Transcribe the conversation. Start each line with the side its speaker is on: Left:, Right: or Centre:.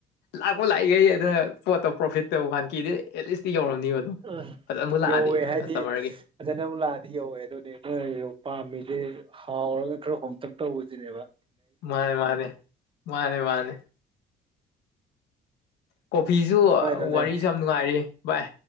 Left: ꯂꯥꯛꯄ ꯂꯥꯛꯏꯈꯩ ꯑꯗꯨꯅ ꯄꯣꯠꯇꯣ ꯄ꯭ꯔꯣꯐꯤꯠ ꯇꯧ ꯀꯥꯟꯀꯤꯗꯦ ꯑꯦꯠꯂꯤꯁꯇꯤ ꯌꯧꯔꯝꯅꯤꯕ ꯑꯗꯨꯝ
Right: ꯎꯝ
Left: ꯐꯖꯅꯕꯨ ꯂꯥꯛꯑꯗꯤ
Right: ꯌꯧꯋꯦ ꯍꯥꯏꯗꯤ
Left: ꯀꯁꯇꯃꯔꯒꯤ
Right: ꯐꯖꯅ ꯑꯃꯨꯛ ꯂꯥꯛꯑꯗꯤ ꯌꯧꯋꯦ ꯑꯗꯨꯅꯦ ꯃꯒꯤꯅꯦ ꯄꯥꯝꯃꯤꯁꯦ ꯍꯥꯎꯔꯒ ꯈꯔ ꯍꯣꯝꯇꯛ ꯇꯧꯕꯁꯤꯅꯦꯕꯥ
Left: ꯃꯥꯅꯦ ꯃꯥꯅꯦ ꯃꯥꯅꯦ ꯃꯥꯅꯦ ꯀꯣꯐꯤꯁꯨ
Right: ꯑꯗꯨꯃꯥꯏꯅ
Left: ꯋꯥꯔꯤꯁꯨ
Right: ꯂꯩ
Left: ꯌꯥꯝ ꯅꯨꯡꯉꯥꯏꯔꯤ ꯚꯥꯏ